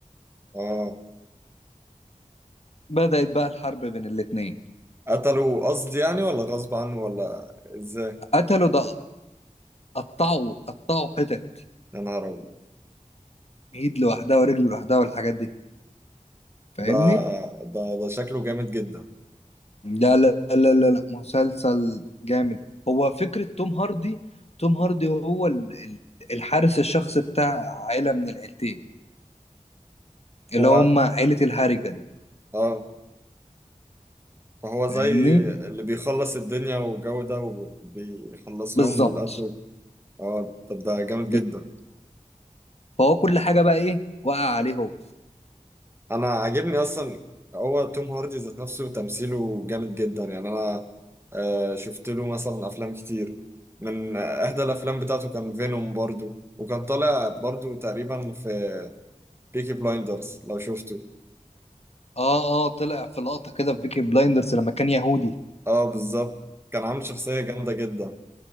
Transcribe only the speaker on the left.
بدأت بقى الحرب بين الاتنين
قتلوا ده قطعوا قطعوا حتت
ايد لوحدها ورجل لوحدها والحاجات دي فاهمني
لا لا لا لا لا مسلسل جامد هو فكرة توم هاردي توم هاردي هو ال- ال- الحارس الشخصي بتاع عيلة من العيلتين اللي
هم عيلة الهاريجان
فاهمني
بالظبط
بس-
فهو كل حاجة بقى ايه وقع عليه هو
اه اه طلع في لقطة كده في بيكي بلايندرز لما كان يهودي